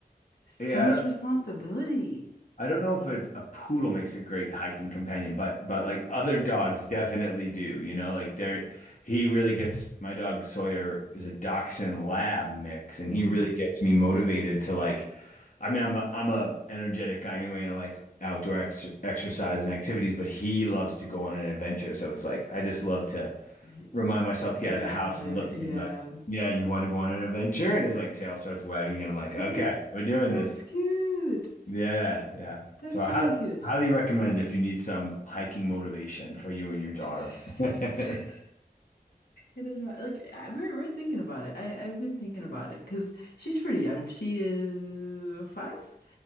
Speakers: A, on the left (about 80°); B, on the left (about 50°).
A: so
B: yeah.
A: much responsibility.
B: I don't know if a, a poodle makes a great hiking companion, but but like other dogs definitely do. You know, like they're he really gets my dog Sawyer is a dachshund lab mix, and he
A: Mm.
B: really gets me motivated to like. I mean, I'm a I'm a energetic guy anyway, and I like outdoor ex exercise and activities, but he loves to go on an adventure. So it's like I just love to
A: Get
B: remind myself to get out
A: him
B: of the house
A: out there.
B: and look
A: Yeah.
B: at him like, yeah, you want to go on an adventure? And his like tail starts
A: He's
B: wagging,
A: like,
B: and I'm like,
A: he's
B: okay,
A: like,
B: we're doing
A: that's
B: this.
A: cute.
B: Yeah, yeah.
A: That's
B: So I hi-
A: really cute.
B: highly recommend if you need some hiking motivation for you and your daughter.
A: <laughs>
B: <laughs>
A: I don't Like I, we're we're thinking about it. I I've been thinking about it because she's pretty young. She is five,